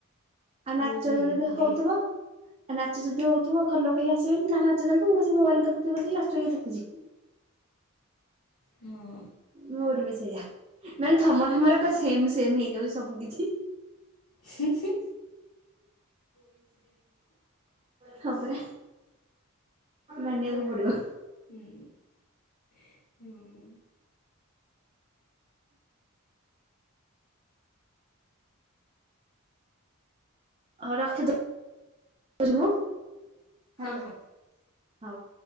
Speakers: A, on the right; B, on the left.
A: ଆଉ ନାଚ
B: ମୁଁ ବି ହେଇ
A: ଯଦି
B: ମୋବାଇଲ
A: ହଉଥିବ। ଆ ନାଚ ଯଦି ହଉଥିବ ଘର ଲୋକ କେହି ଆସିବେନି କି ତାଙ୍କ ନାଚ ଚାଲିଥିବ ମୁଁ ବସିକି ମୋବାଇଲ ଦେଖୁଥିବି ବସିକି ନାଚ କିଏ ଦେଖୁଛିି।
B: ହୁଁ।
A: ମୋର ବି ସେଇଆ ମାନେ ତମରିମୋର ତ ସେମ୍ ସେମ୍‌ ହେଇଯାଉଛି ସବୁ କିଛି।
B: ହୁଁ ହୁଁ।
A: ହଁ ପରା ମାନିବାକୁ ପଡିବ।
B: ହୁଁ ହୁଁ।
A: ହଁ ରଖି ଦୋଉଚି ମୁଁ ହ୍ୟାଲୋ
B: ହଁ ହଁ।
A: ହଉ।